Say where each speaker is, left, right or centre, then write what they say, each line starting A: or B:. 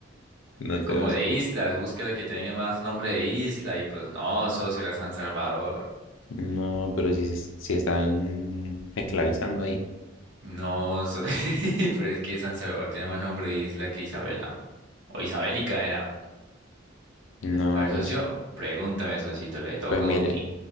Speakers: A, on the left (about 85°); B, on the right (about 65°).
A: No
B: Es
A: sé,
B: como
A: socio.
B: de islas, búsqueda que tenga más nombre de isla y pues no, socio, era San Salvador.
A: No, pero si, si están esclavizando ahí.
B: No, so- <laughs> pero es que San Salvador tiene más nombre de isla que Isabela. O Isabélica era.
A: No,
B: A ver,
A: socio.
B: socio, pregúntame, socito, le toca
A: Pues mire,
B: a usted.